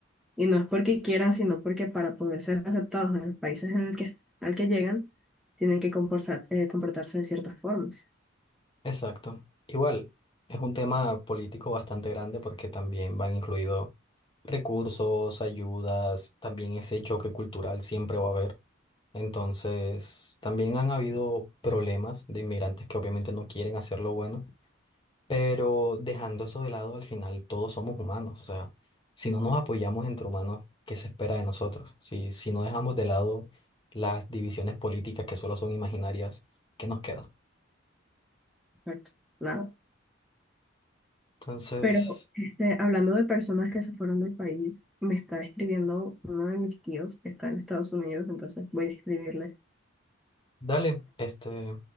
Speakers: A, in the centre; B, on the left (about 25°).
A: Y no es porque quieran, sino porque para poder ser aceptados en los países en el que, al que llegan, tienen que comportar- eh, comportarse de ciertas formas.
B: Exacto. Igual, es un tema político bastante grande porque también van incluidos recursos, ayudas, también ese choque cultural siempre va a haber. Entonces, también han habido problemas de inmigrantes que obviamente no quieren hacer lo bueno, pero dejando eso de lado, al final todos somos humanos. O sea, si no nos apoyamos entre humanos, ¿qué se espera de nosotros? Si, si no dejamos de lado las divisiones políticas que solo son imaginarias, ¿qué nos queda?
A: Correcto. Nada.
B: Entonces...
A: Pero este, hablando de personas que se fueron del país, me está escribiendo uno de mis tíos que está en Estados Unidos, entonces voy a escribirle.
B: Dale, este,